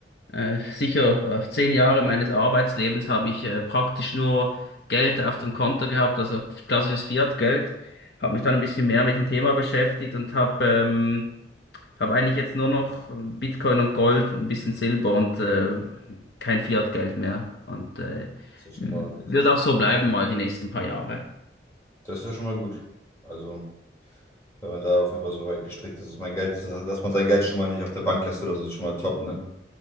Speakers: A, on the left; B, on the left.
A: äh, sicher äh, zehn Jahre meines Arbeitslebens habe ich äh, praktisch nur Geld auf dem Konto gehabt, also klassisches Fiat-Geld. Habe mich dann ein bisschen mehr mit dem Thema beschäftigt und habe ähm, habe eigentlich jetzt nur noch Bitcoin und Gold, ein bisschen Silber und äh, kein Fiat-Geld mehr. Und äh,
B: Ja, das ist
A: wird
B: schon mal, das ist, schon-
A: auch so bleiben mal die nächsten paar Jahre.
B: das ist ja schon mal gut. Also, wenn man da auf jeden Fall so weit gestrickt ist, dass mein Geld, dass man sein Geld schon mal nicht auf der Bank lässt oder so, ist schon mal top, ne?